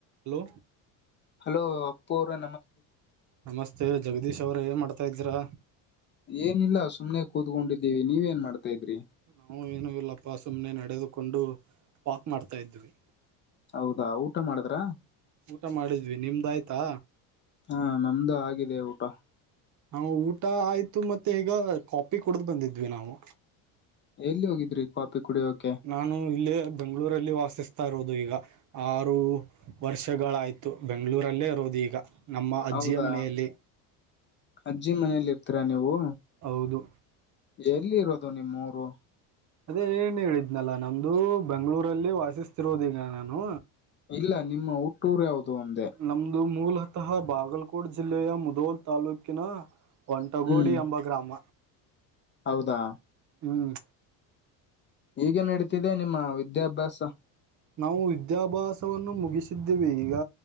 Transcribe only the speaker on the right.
hello
ನಮಸ್ತೆ ಜಗದೀಶ್ ಅವ್ರೇ ಏನ್ ಮಾಡ್ತಾ ಇದ್ದೀರಾ.
ನಾವು ಏನು ಇಲ್ಲಪ್ಪ ಸುಮ್ಮ್ನೆ ನಡೆದುಕೊಂಡು ವಾಕ್ ಮಾಡ್ತಾ ಇದ್ವಿ.
ಊಟ ಮಾಡಿದ್ವಿ ನಿಮ್ದಾಯ್ತಾ.
ನಾವು ಊಟ ಆಯ್ತು ಮತ್ತೆ ಈಗ ಕಾಪಿ ಕುಡ್ದ್ ಬಂದಿದ್ವಿ ನಾವು.
ನಾನು ಇಲ್ಲೇ ಬೆಂಗಳೂರಲ್ಲಿ ವಾಸಿಸ್ತಾ ಇರೋದು ಈಗ ಆರು. ವರ್ಷಗಳಾಯಿತು ಬೆಂಗಳೂರಲ್ಲೇ ಇರೋದು ಈಗ. ನಮ್ಮ ಅಜ್ಜಿಯ
ಮನೆಯಲ್ಲಿ
ಹೌದು.
ಅದೇ ಏನ್ ಹೇಳಿದ್ನಲ್ಲಾ ನಮ್ದು ಬೆಂಗಳೂರಲ್ಲಿ ವಾಸಿಸ್ತಿರೋದೀಗ ನಾನು.
ನಮ್ಮದು ಮೂಲತಃ ಬಾಗಲ್ಕೋಟ್ ಜಿಲ್ಲೆಯ ಮುದೋಲ್ ತಾಲೂಕಿನ ಒಂಟಗೋಡಿ
ಎಂಬ ಗ್ರಾಮ.
ಹ್ಮ್.
ನಾವು ವಿದ್ಯಾಭ್ಯಾಸವನ್ನು ಮುಗಿಸಿದ್ದೀವಿ ಈಗ